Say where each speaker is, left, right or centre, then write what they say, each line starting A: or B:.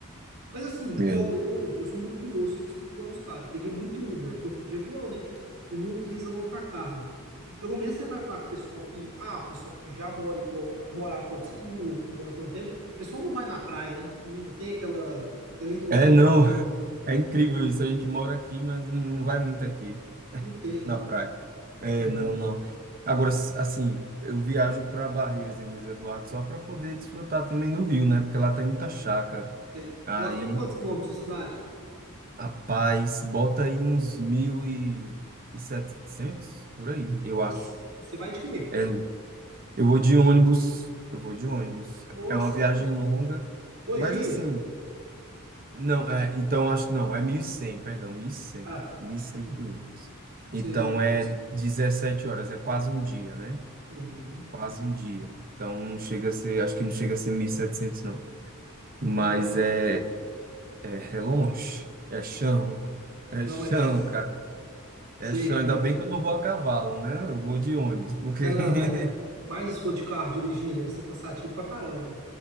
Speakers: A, on the right (about 75°); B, on the right (about 40°).
A: Mas assim, igual
B: É.
A: eu, eu sou muito curioso, fico especulando os caras. Peguei muito Uber, porque eu fui de avião, né? E não quis alocar carro. Pelo menos você vai falar com o pessoal que, ah, o pessoal que já mora igual, morava em Porto Seguro, que mora há tanto tempo. O pessoal não vai na praia, né? Não tem aquela, aquela ilusão
B: É, não,
A: que a gente
B: é incrível isso. A gente mora aqui, mas não vai muito aqui
A: não tem, né?
B: na praia. É,
A: Aham,
B: não, não. Agora, s- assim, eu viajo para Barreiras e Luiz Eduardo só para poder desfrutar também do Rio, né? Porque lá tem muita chácara.
A: sei.
B: Aí,
A: Lá fica quantos quilômetros da sua cidade?
B: rapaz, bota aí uns mil e setecentos por aí, eu
A: Nossa,
B: acho.
A: e você vai de quê?
B: É, eu vou de ônibus, eu vou de ônibus.
A: Nossa,
B: É uma viagem longa,
A: dois
B: mas
A: dias?
B: assim. Não, é, então acho que não, é mil e cem, perdão, mil mil e cem,
A: Ah, tá.
B: mil e cem
A: Uhum,
B: quilômetros.
A: sei.
B: Então é 17 horas, é quase um dia, né?
A: Uhum.
B: Quase um dia. Então não chega a ser, acho que não chega a ser 1.700, não. Mas
A: Não, mas,
B: é, é, é longe, é chão, é
A: não,
B: chão,
A: mas
B: cara.
A: sei
B: É chão,
A: como
B: ainda
A: é
B: bem
A: que é.
B: que eu não vou a cavalo, né? Eu vou de ônibus, porque
A: É, não, é
B: <laughs>
A: Mas se for de carro dirigindo, deve ser cansativo pra caramba.